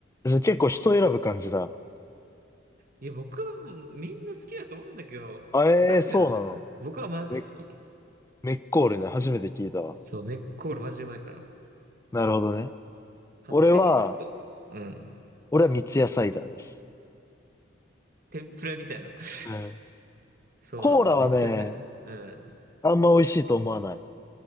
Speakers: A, on the left; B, on the right.
A: それ結構人選ぶ感じだ。
B: いや、僕はもうみんな好きだと思うんだけど、
A: あ、えー、
B: なんでなんだろうね。
A: そうなの。
B: 僕はマジで好き。
A: メ、メッコールね。初めて聞いたわ。
B: そう、メッコールマジうまいから。
A: なるほどね。
B: 買ってみ、
A: 俺は、
B: ちょっと。うん。
A: 俺は三ツ矢サイダーです。
B: 天ぷらみたいな。<laughs>
A: うん。
B: そうなんだ。
A: コーラはね、
B: 三つ野菜だ。うん。
A: あんま美味しいと思わない。